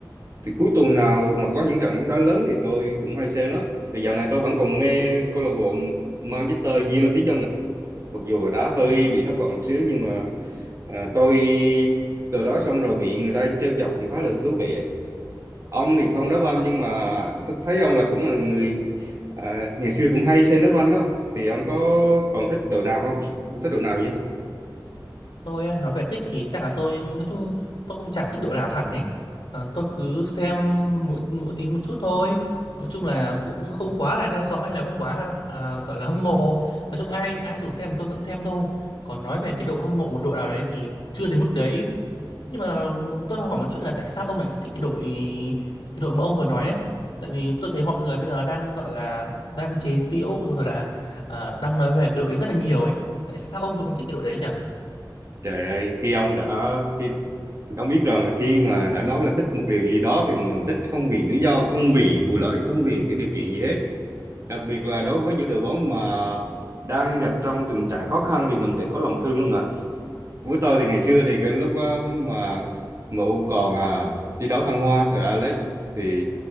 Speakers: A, on the right; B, on the left.
A: thì cuối tuần nào mà có những trận bóng đá lớn thì tôi cũng hay xem lắm thì dạo này tôi vẫn còn mê câu lạc bộ Manchester United dân ạ. mặc dù là đá hơi bị thất vọng một xíu nhưng mà ờ, coi từ đó xong rồi bị người ta trêu chọc cũng khá là thú vị ông thì không đá banh nhưng mà tôi thấy ông là cũng là người à, ngày xưa cũng hay xem đá banh đó thì ông có còn thích đội nào không ông thích đội nào vậy
B: Tôi á, nói về thích thì chắc là tôi nói chung tôi cũng chả thích đội nào hẳn ấy. Ờ, tôi cứ xem mỗi mỗi tí một chút thôi. Nói chung là cũng không quá là theo dõi hay là không quá ờ, gọi là hâm mộ. Nói chung ai ai rủ xem tôi vẫn xem thôi. Còn nói về cái độ hâm mộ một đội nào đấy thì chưa đến mức đấy. Nhưng mà tôi hỏi một chút là tại sao ông lại thích cái đội cái đội mà ông vừa nói ấy? Tại vì tôi thấy mọi người bây giờ đang gọi là đang chế giễu rồi là ờ, đang nói về cái đội ấy rất là nhiều ấy. Tại sao ông vẫn còn thích cái đội đấy nhỉ?
A: trời ơi khi ông đã khi ông biết rồi là khi mà đã nói là thích một điều gì đó thì mình thích không vì lý do không vì vụ lợi không vì cái điều kiện gì hết đặc biệt là đối với những đội bóng mà đang gặp trong tình trạng khó khăn thì mình phải có lòng thương không nè với tôi thì ngày xưa thì cái lúc á, mà em u còn à, thi đấu thăng hoa thời Alex thì